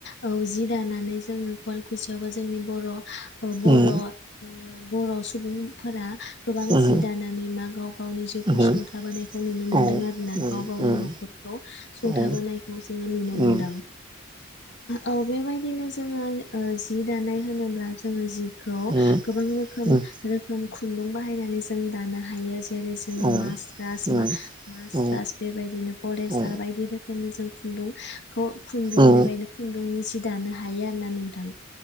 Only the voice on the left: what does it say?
औ जि दानानै जोङो वालकुसियावबो जोंनि बर' ओ बर'
ओ बर' सुबुंफोरा गोबां
जि दानानै मा गाव गावनि जिउखौ
सुंथाबोनायखौ नुनो
मोन्दों आरोना
गाव गावनि
न'खरखौ सुंथाबोनायखौ
<unintelligible> नुनो मोनदां
औ बेबाय दिनो जोङो ओ जि दानाय होनोब्ला जोङो जि खौ
गोबां होखोम
रोखोम खु खुन्दुं बाहायनानै जों दानो हायो जि जेरै जोङो
मासरास
मा मासरास
बेबायदिनो परेस्टार
बायदि रोखोमनि जों खुनदुं। ख' खुन्दुं
बेबायनो खुन्दुंनि सि दानो हायो आ ना नोंथां